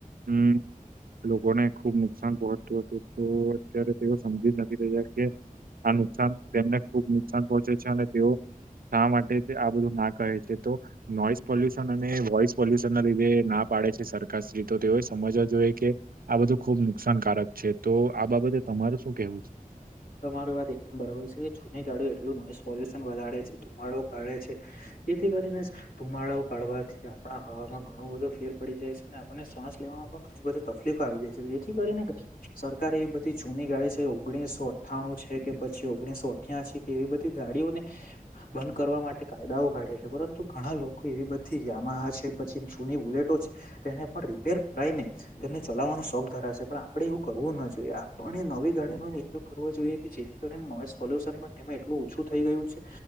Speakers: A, on the right; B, on the left.
A: હમ લોકોને ખુબ નુકસાન પહોંચતું હતું તો અત્યારે તેઓ સમજી જ નથી રહ્યા કે આ નુકસાન તેમને ખુબ નુકસાન પહોંચે છે અને તેઓ શા માટે આ બધું ના કહે છે તો નોઈસ પોલ્યુશન અને વોઇસ પોલ્યુશનના લીધે ના પાડે છે સરકારશ્રી તો તેઓ સમજવા જોઈએ કે આ બધું ખુબ નુકસાનકારક છે તો આ બાબતે તમારું શું કેવું છે
B: તમારી વાત એકદમ બરાબર છે જૂની ગાડી એટલું નોઈસ પોલ્યુશન વધારે છે ધુમાડો કાઢે છે. જેથી કરીને ધુમાડાઓ કાઢવાથી આપણા હવાવામાં ઘણું બધો ફેર પડી જાય છે અને આપણને શ્વાસ લેવા મા પણ ઘણી બધી તકલીફો આવી જાય છે જેથી કરીને સરકાર એવી બધી જૂની ગાડી છે. ઓગણીસો અઠ્ઠાણું છે કે પછી ઓગણીસો અઠ્યાસી કે એવી બધી ગાડીઓને બંધ કરવા માટે કાયદાઓ કાઢ્યા પરંતુ ઘણા લોકો એવી બધી કે યામાહા છે પછી જૂની બુલેટો છે તેને પણ રીપેર કાઇને તેમને ચલાવવાનો શોખ ધરાશે પણ આપડે એવું કરવું ના જોઈએ આપણે નવી ગાડીનો જ ઉપયોગ કરવો જોઈએ કે જેથી કરીને નોઇસ પોલ્યુશન પણ તેમાં એટલું ઓછું થઈ ગયું છે